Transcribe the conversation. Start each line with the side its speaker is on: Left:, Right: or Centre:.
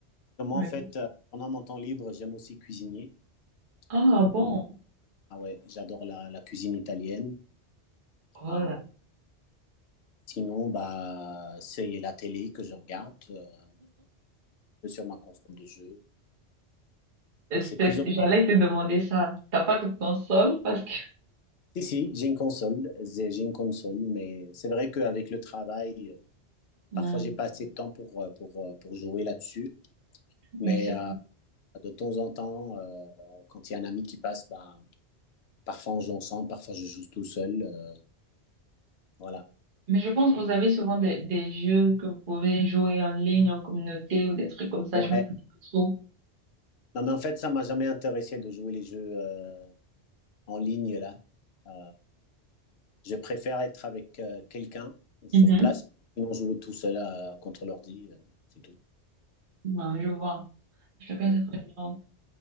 Left: Moi,
Right: Oui.
Left: en fait, euh, pendant mon temps libre, j'aime aussi cuisiner.
Right: Ah
Left: Hmm.
Right: bon,
Left: Ah ouais, j'adore la, la cuisine italienne.
Right: oh
Left: Ah,
Right: là,
Left: sinon, bah, c'est la télé que je regarde euh, sur ma console de jeu.
Right: C'était-
Left: C'est plus en-
Right: j'allais te demander ça. T'as pas de console parce que...
Left: Si, si, j'ai une console, j'ai j'ai une console, mais c'est vrai qu'avec le travail, euh,
Right: Non.
Left: parfois j'ai pas assez de temps pour, euh, pour, euh, pour jouer là-dessus.
Right: Oui,
Left: Mais
Right: c'est
Left: euh, de temps en temps, euh, quand il y a un ami qui passe, bah, parfois on joue ensemble, parfois je joue tout seul. euh, voilà.
Right: Mais je pense que vous avez souvent des, des jeux que vous pouvez jouer en ligne, en communauté ou des trucs comme ça.
Left: Ouais.
Right: Je me connais pas trop.
Left: Non, mais en fait, ça m'a jamais intéressé de jouer les jeux euh, en ligne là. Euh, Je préfère être avec euh, quelqu'un sur
Right: Mhm.
Left: place, sinon jouer tout seul euh, contre l'ordi, euh, c'est tout.
Right: Ouais, je vois. Chacun
Left: Ouais.
Right: ses préférences.